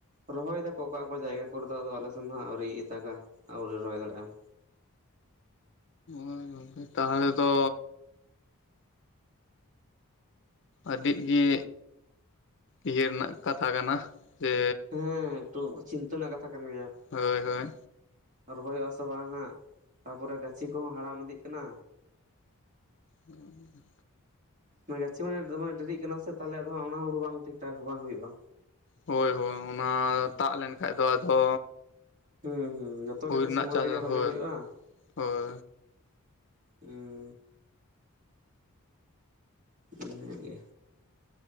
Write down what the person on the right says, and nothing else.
ᱨᱚᱦᱚᱭ ᱫᱟᱠᱚ ᱚᱠᱟ ᱚᱠᱟ ᱡᱟᱭᱜᱟ ᱠᱚᱨᱮ ᱫᱚ ᱟᱫᱚ ᱟᱞᱮ ᱥᱮᱱ ᱫᱚ ᱦᱟᱸᱜ ᱟᱹᱣᱨᱤ ᱫᱟᱜᱟ, ᱟᱣᱨᱤ ᱨᱚᱦᱚᱭ ᱫᱟᱲᱮᱜ-ᱟ ᱚᱝ
ᱦᱮᱸ ᱴᱩᱜ ᱪᱤᱱᱛᱟᱹ ᱱᱟᱜ ᱠᱟᱛᱷᱟ ᱠᱟᱱ ᱜᱮᱭᱟ᱾
ᱨᱚᱦᱚᱭᱚᱜ-ᱟ ᱥᱮ ᱵᱟᱝ ᱦᱟᱸᱜ, ᱛᱟᱯᱚᱨᱮ ᱜᱟᱹᱪᱷᱤ ᱠᱚᱦᱚᱸ ᱦᱟᱲᱟᱢ ᱤᱫᱤᱜ ᱠᱟᱱᱟ᱾
ᱢᱮ ᱜᱟᱪᱷᱤ ᱢᱟᱱᱮ ᱫᱚᱢᱮ ᱰᱮᱨᱤᱜ ᱠᱟᱱᱟ ᱥᱮ ᱛᱟᱦᱚᱞᱮ ᱟᱫᱚ ᱦᱟᱸᱜ ᱚᱱᱟ ᱦᱩᱲᱩ ᱵᱟᱝ ᱴᱷᱤᱠ ᱴᱷᱟᱠ ᱵᱟᱝ ᱦᱩᱭᱩᱜᱼᱟ᱾
ᱦᱩᱸ ᱦᱩᱸ ᱡᱚᱛᱚ
ᱜᱮᱛᱚ
ᱥᱚᱢᱚᱭ
ᱨᱮᱜᱮ ᱵᱷᱟᱞᱤ
ᱦᱩᱭᱩᱜᱼᱟ,
ᱦᱩᱸ ᱤᱱᱟᱹ ᱜᱮ᱾